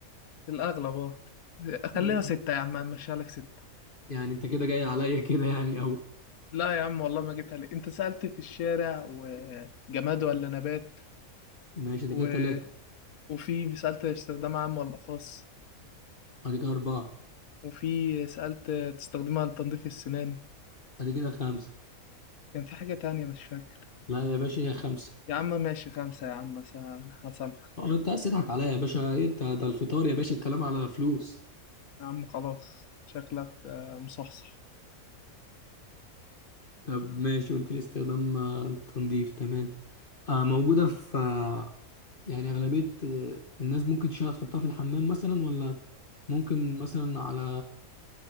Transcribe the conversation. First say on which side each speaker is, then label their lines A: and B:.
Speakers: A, on the left; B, on the left.
A: الأغلب اه
B: ماشي.
A: خليها ستة يا عم همشيها لك ستة
B: يعني انت كده جاي عليا <laughs> كده يعني او
A: لا يا عم والله ما جبتها لك أنت سألت في الشارع وجماد ولا نبات
B: ماشي
A: و...
B: دي كده تلاتة
A: وفي سألت استخدام عام ولا خاص
B: ادي كده اربعة
A: وفي سألت تستخدمها لتنظيف السنان
B: ادي كده خمسة
A: كان في حاجة تانية مش فاكر
B: لا يا باشا هي خمسة
A: يا عم ماشي خمسة يا عم س- هسامحك
B: اه انت عايز تضحك عليا يا باشا إيه انت ده الفطار يا باشا الكلام على فلوس
A: يا عم خلاص شكلك آه، مصحصح
B: طب ماشي قلت لي استخدام آه، التنظيف تمام آه موجودة في آه، يعني أغلبية آه، الناس ممكن تشيلها تحطها في الحمام مثلا ولا ممكن مثلا على